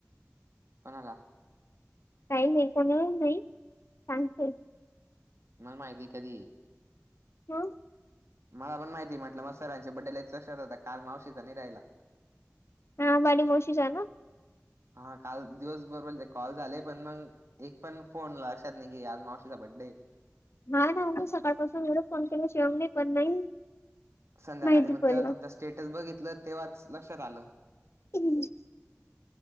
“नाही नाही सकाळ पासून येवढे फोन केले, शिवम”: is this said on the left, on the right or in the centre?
Left